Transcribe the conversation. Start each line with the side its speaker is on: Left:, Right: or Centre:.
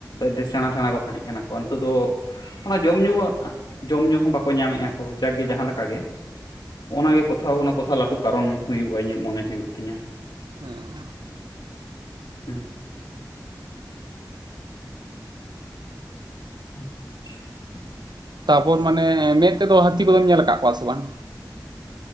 Left: ᱟᱰᱤ ᱥᱮᱬᱟ ᱥᱮᱬᱟ ᱠᱚ ᱛᱟᱦᱮ ᱠᱟᱱᱟ ᱠᱚ ᱟᱨ ᱱᱤᱛᱚᱜ ᱫᱚ ᱚᱱᱟ ᱡᱚᱢ ᱧᱩ ᱡᱚᱢ ᱧᱩ ᱦᱚ ᱵᱟᱠᱚ ᱧᱟᱢᱮᱜᱼᱟ ᱦᱚ ᱡᱟᱠ ᱜᱮ ᱡᱟᱦᱟ ᱞᱮᱠᱟ ᱜᱮ ᱦᱚᱜᱼᱱᱟ ᱜᱮ ᱠᱚᱛᱷᱟ ᱱᱟ ᱠᱟᱛᱷᱟ ᱞᱟᱹᱴᱩ ᱠᱟᱨᱚᱱ ᱦᱩᱭᱩᱜᱼᱟ ᱤᱧᱟᱹᱜ ᱢᱚᱱᱮ ᱦᱩᱭᱩᱜ ᱛᱤᱧᱟ
Right: ᱦᱮᱸᱻ
Left: ᱦᱮᱸ <inaudible>
Right: ᱛᱟᱯᱚᱨ ᱢᱟᱱᱮ ᱢᱮᱸᱫ ᱛᱮᱫᱚ ᱦᱟᱹᱛᱤ ᱠᱚᱫᱚᱢ ᱧᱮᱞ ᱟᱠᱟᱫ ᱠᱚᱣᱟ ᱥᱮ ᱵᱟᱝ?